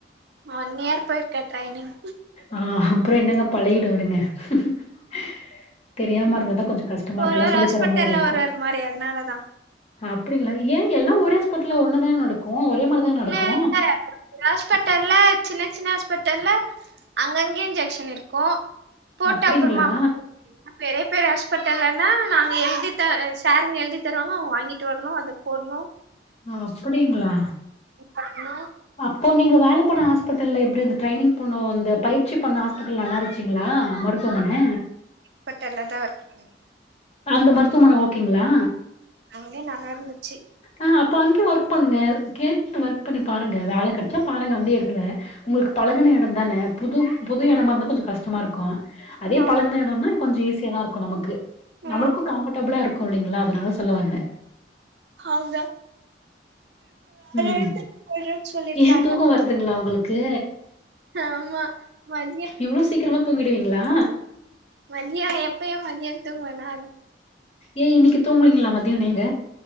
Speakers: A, on the right; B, on the left.
A: ஒன் இயர் போயிருக்க ட்ரைனிங்
B: ஆ அப்புறோ என்னங்க பழகிடு விடுங்க ஹ்ஹ்ம்.... ஹ.... தெரியாம இருந்தாதா கொஞ்சோ கஷ்டமா இருக்கு
A: ஒரு
B: எல்லா
A: ஒரு
B: சொல்லித்
A: ஹாஸ்பிட்டல்ல
B: தர்ர மாரி இருக்கு
A: ஒரு ஒரு மாரி அதனாலதா
B: அப்படிங்ளா ஏ எல்லா ஒரே ஹாஸ்பிட்டல்ல ஒன்னாதான நடக்கு ஒரே மாரிதான
A: இல்ல
B: நடக்கு
A: இல்ல ஹாஸ்பிட்டல்ல சின்ன சின்ன ஹாஸ்பிட்டல்ல அங்கங்கே இன்ஜெக்ஷன் இருக்கு போட்டு
B: அப்டிங்களா
A: அப்புறமா பேரேப் வேற ஹாஸ்பிட்டல்லன்னா நாங்க எழுதி த சாருங்க எழுதி தருவாங்க அவ்ங்க வாங்கிட்டு வரணு அத போடுணு
B: ஆஹ் அப்டிங்ளா
A: பண்ணு
B: அப்போ நீங்க வேல பண்ண ஹாஸ்பிட்டல்ல எப்டி இந்த ட்ரெய்னிங் பண்ணு அந்த பயிற்சி பண்ண ஹாஸ் ப்பிட்டல் நல்லாயிருஞ்சுங்ளா மருத்துவமன
A: ஹாஸ்பிட்டல்ல தா ஒர்க் பண்ணே
B: அந்த மருத்துவமன ஓகேங்ளா
A: அங்கே நல்லாருந்துச்சு
B: ஆஹ் அப்ப அங்கயே ஒர்க் பண்ணுங்க கேட்டுட்டு ஒர்க் பண்ணி பாருங்க வேல கிடச்சா பாருங்க அந்தே எடத்துல, உங்களுக்கு பழகுன எடந்தானே புது புது எடமா இருந்தா கொஞ்சோ கஷ்டமா இருக்கு அதே
A: ஆ
B: பழகுன எடம்னா கொஞ்சோ ஈஸி ஓகேதா இருக்கு நமக்கு. நம்மளுக்கு
A: ம்
B: கம்ஃபர்டபிளா இருக்கு இல்லைங்ளா அதனால சொல்ல வந்த
A: அதுதா
B: உம்
A: எடத்துக்கு போறேன்னு சொல்லிருக்காங்க
B: ஏன் தூக்கோ வருதுங்ளா உங்களுக்கு
A: ஆமா மதிய
B: இவ்ளோ சீக்கிரமா தூங்கிடுவீங்ளா
A: மதியம் எப்பயும் மதியம் தூங்குவ நா
B: ஏ இன்னிக்கு தூங்குலீங்களா மதியோ நீங்க